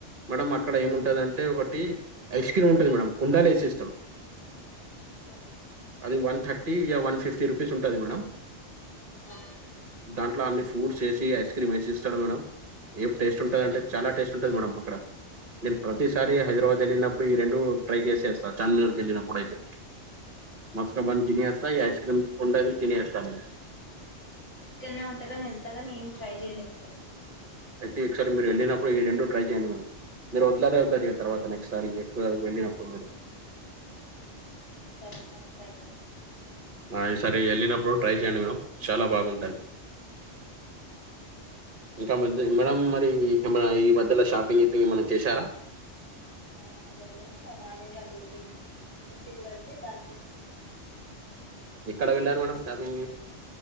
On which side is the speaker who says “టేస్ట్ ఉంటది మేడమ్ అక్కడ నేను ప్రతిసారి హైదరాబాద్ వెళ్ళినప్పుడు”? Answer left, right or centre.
Right